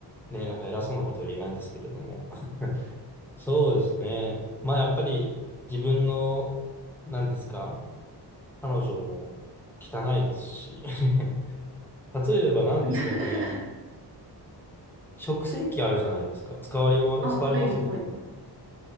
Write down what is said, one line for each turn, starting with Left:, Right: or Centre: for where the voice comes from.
Centre: ね、なんか偉そうなことは言えないんですけれども。<laughs> そうですね。まあやっぱり自分の、何ですか彼女も汚いですし。<laughs> 例えば何ですかね、
Right: <laughs>
Centre: 食洗機あるじゃないですか。使われま、
Right: あ、
Centre: 使われます普段。
Right: はい、はい。い